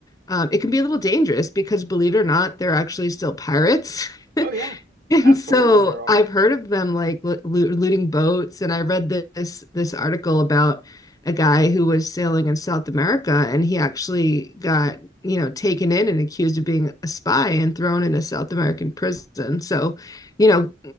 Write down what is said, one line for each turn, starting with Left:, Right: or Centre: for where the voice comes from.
Left: um, it can be a little dangerous because, believe it or not, they're actually still pirates. <laughs>
Right: Oh yeah,
Left: And
Right: absolutely.
Left: so
Right: There are.
Left: I've heard of them like lo- looting boats, and I read this this article about a guy who was sailing in South America, and he actually got, you know, taken in and accused of being a spy and thrown in a South American prison. So, you know,